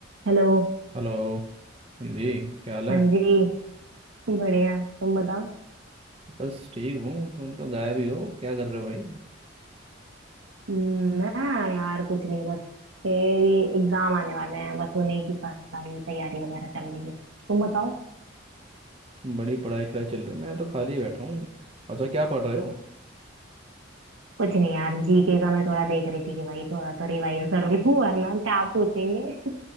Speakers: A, on the right; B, on the right.
A: Hello
B: हेलो जी क्या हाल है
A: हाँ जी बढ़िया तुम बताओ
B: बस ठीक हूँ तुम तो गायब ही हो क्या कर रहे हो भाई
A: हम्म, ना यार कुछ नहीं बस तेरी एग्जाम आने वाले हैं बस उन्हीं की पढ़ाई तैयारी वगैरह चल रही है तुम बताओ
B: बड़ी पढ़ाई शढ़ाई चल रही है मैं तो खाली बैठा हूँ अच्छा क्या पढ़ रहे हो
A: कुछ नहीं यार जीके का मैं थोड़ा देख रही थी कि भाई थोड़ा तो रिवाइज कर लूं <laughs> वरना क्या पूछेंगे <laughs>